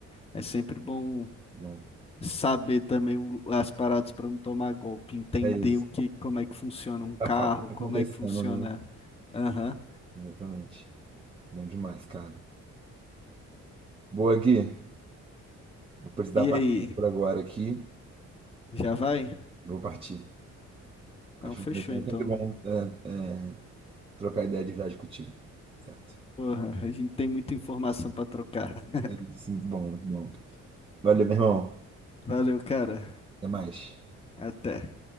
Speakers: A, on the left; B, on the right.
A: é sempre bom
B: Bom,
A: saber também o- as paradas para não tomar golpe, entender
B: é isso.
A: o que, como é que funciona um
B: A
A: carro,
B: fábrica
A: como
B: acontecendo,
A: é que funciona.
B: né?
A: Aham.
B: Exatamente. Bom demais, cara. Boa, Gui. Vou precisar
A: E
B: partir
A: aí,
B: por agora aqui.
A: já vai?
B: Vou partir.
A: Não,
B: Acho
A: fechou
B: que é
A: então.
B: sempre bom é, é, trocar ideia de viagem contigo. Certo?
A: Porra, a gente tem muita informação para trocar. <laughs>
B: É isso, muito bom, muito bom. Valeu, meu irmão.
A: Valeu, cara.
B: Até mais.
A: Até.